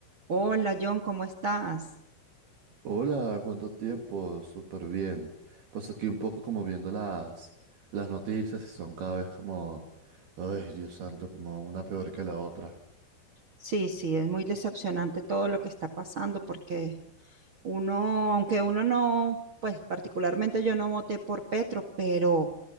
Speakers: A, on the right (about 80°); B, on the right (about 55°).
A: Hola John, ¿cómo estás?
B: Hola, ¿cuánto tiempo? Súper bien. Pues aquí un poco como viendo las, las noticias y son cada vez como, ay, Dios santo, como una peor que la otra.
A: Sí, sí, es muy decepcionante todo lo que está pasando porque uno, aunque uno no, pues particularmente yo no voté por Petro, pero,